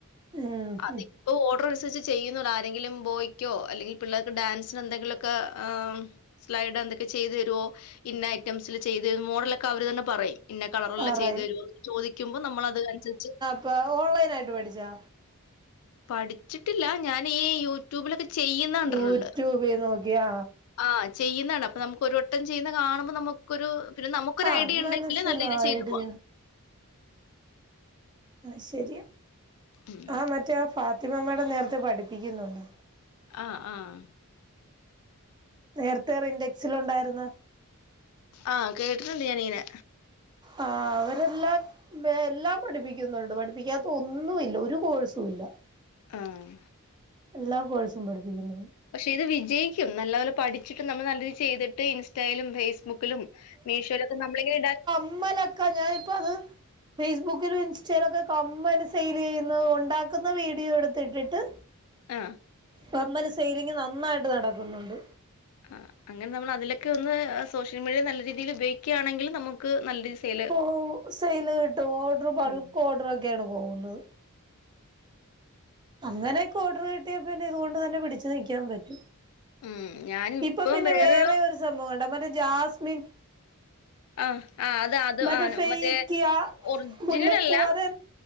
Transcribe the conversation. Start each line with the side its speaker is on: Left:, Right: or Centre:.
Right: ഉം,
Left: അതി
Right: ഉം.
Left: ഇപ്പൊ ഓർഡർ അനുസരിച്ച് ചെയ്യുന്നു ആരെങ്കിലും ബോയ്ക്കോ അല്ലെങ്കിൽ പിള്ളേർക്ക് ഡാൻസിന് എന്തെങ്കിലുമൊക്കെ ആ സ്ലൈഡ് എന്തൊക്കെ ചെയ്ത് തരോ ഇന്ന ഐറ്റംസിൽ ചെയ്ത് മോഡലൊക്കെ അവർ തന്നെ പറയും ന്ന കളറ്ള്ളെ
Right: ആറായി
Left: ചെയ്ത് തരോ ചോദിക്കുമ്പോൾ നമ്മൾ അത് അനുസരിച്ച്
Right: ഇപ്പ ഓൺലൈൻ ആയിട്ട് പഠിച്ചാ
Left: പഠിച്ചിട്ടില്ല ഞാൻ ഈ യൂട്യൂബിലൊക്കെ ചെയ്യുന്ന കണ്ടിട്ടുണ്ട്
Right: യൂട്യൂബിൽ നോക്കിയാ
Left: ആ ചെയ്യുന്നകണ്ട് അപ്പൊ നമുക്ക് ഒരു വട്ടം ചെയ്യുന്ന കാണുമ്പോ നമ്മുക്ക് ക്കൊരു പിന്നെ നമുക്കൊര്
Right: ആ
Left: ഐഡിയ
Right: അത്
Left: ഉണ്ടെങ്കില്
Right: മനസ്സിലായടി
Left: നല്ല രീതിൽ ചെയ്തു പോകാം
Right: ആ ശരിയാ
Left: ഉം.
Right: ആ മറ്റേ ഫാത്തിമ മേടം നേരത്തെ പഠിപ്പിക്കുന്നുണ്ട്
Left: ആഹ് ആഹ്
Right: നേരത്തെ റിൻഡെക്സില് ഉണ്ടായിരുന്ന
Left: ആ കേട്ടിട്ടുണ്ട് ഞാനിങ്ങനെ
Right: ആ അവരെല്ലാം എല്ലാം പഠിപ്പിക്കുന്നുണ്ട് പഠിപ്പിക്കാത്ത ഒന്നും ഇല്ല ഒരു കോഴ്സും ഇല്ല
Left: ആഹ്
Right: എല്ലാ കോഴ്സും പഠിപ്പിക്കുന്നു
Left: പക്ഷെ ഇത് വിജയിക്കും നല്ലപോലെ പഠിച്ചിട്ടും നമ്മൾ നല്ല രീതി ചെയ്തിട്ട് ഇ ലും ഫേസ്ബുക്കിലും മീഷോലൊക്കെ നമ്മളിങ്ങനെ ഇടാൻ
Right: മ്മലക്കാ ഞാനിപ്പ അത് ഫേസ്ബുക്കിലും ഇൻസ്റ്റയിലൊക്കെ കമ്മൽ സെയിൽ ചെയ്യുന്നു ഉണ്ടാക്കുന്ന വീഡിയോ എടുത്തിട്ടിട്ട്
Left: ആഹ്
Right: കമ്മൽ സെയിലിങ്ങ് നന്നായിട്ട് നടക്കുന്നുണ്ട്
Left: ആ അങ്ങനെ നമ്മള് അതിലൊക്കെ ഒന്ന് സോഷ്യൽ മീഡിയ നല്ല രീതിയില് ഉപയോഗികാണെങ്കി നമ ക്ക് നല്ല രീതി സെയ്
Right: ഓ സെൽ കിട്ടും ഓർഡർ ബൾക്ക്
Left: ഉം.
Right: ഓർഡറൊക്കെയാണ് പോകുന്നത് അങ്ങനെയൊക്കെ ഓർഡർ കിട്ടിയ പിന്നെ ഇതുകൊണ്ട് തന്നെ പിടിച്ച് നിൽക്കാൻ പറ്റും
Left: ഉം ഞാനിപ്പം
Right: ഇപ്പൊ പിന്നെ
Left: വേറൊരു
Right: വേറെ ഒരു സംഭവം ഉണ്ട് മറ്റേ ജാസ്മിൻ
Left: ആ ആ അത് അത്
Right: മറ്റെ
Left: ആ
Right: ഫേക്കിക
Left: മറ്റേ ഒറിജിനൽ
Right: മുല്ലപ്പൂ
Left: അല്ല
Right: അതെ